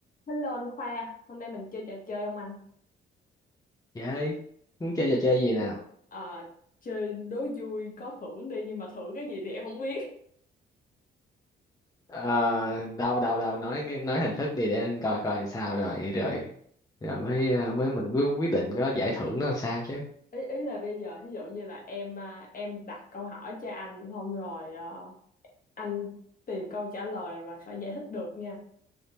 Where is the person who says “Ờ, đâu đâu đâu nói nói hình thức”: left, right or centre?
Left